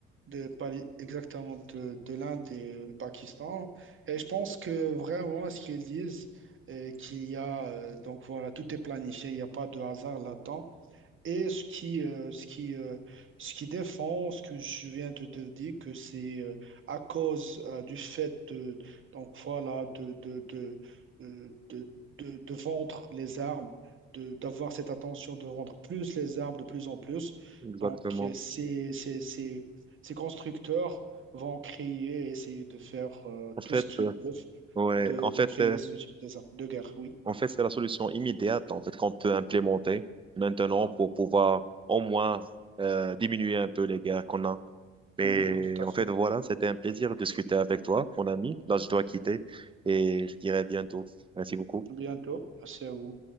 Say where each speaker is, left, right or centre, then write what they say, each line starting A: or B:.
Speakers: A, on the right; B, on the right.
A: de, Pali- exactement de, de l'Inde et du Pakistan. Et je pense que vraiment, ce qu'ils disent, euh, qu'il y a, euh, donc voilà, tout est planifié, il n'y a pas de hasard là-dedans. Et ce qui, euh, ce qui, euh, ce qui défend, ce que je viens de te dire, que c'est euh, à cause euh, du fait de, donc voilà, de, de, de, euh, de, de, de vendre les armes, de, d'avoir cette attention de vendre plus les armes de plus en plus.
B: exactement.
A: Donc, euh, ces, ces, ces, ces constructeurs vont créer et essayer de faire euh,
B: En fait,
A: tout ce qu'ils
B: euh,
A: peuvent
B: ouais,
A: de,
B: en fait,
A: de créer
B: c'est,
A: ce type d'armes de guerre. Oui,
B: en fait, c'est la solution immédiate, en fait, qu'on peut implémenter maintenant pour pouvoir au moins euh, diminuer un peu les guerres qu'on a. Mais
A: oui, tout à
B: en
A: fait.
B: fait, voilà, c'était un plaisir de discuter avec toi, mon ami. Là, je dois quitter et je dirai à bientôt. Merci beaucoup.
A: Bientôt. Merci à vous.